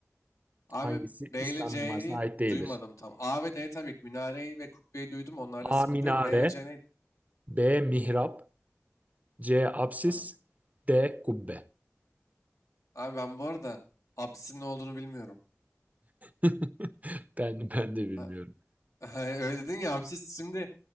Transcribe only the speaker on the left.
Abi
B
ile C'yi
duymadım tam. A ve D tabii ki minareyi ve kubbeyi duydum onlarda sıkıntı
yok. B ve C neydi?
Tabii.
Abi ben bu arada apsisin ne olduğunu bilmiyorum.
A- <laughs> Öyle dedin ya apsis şimdi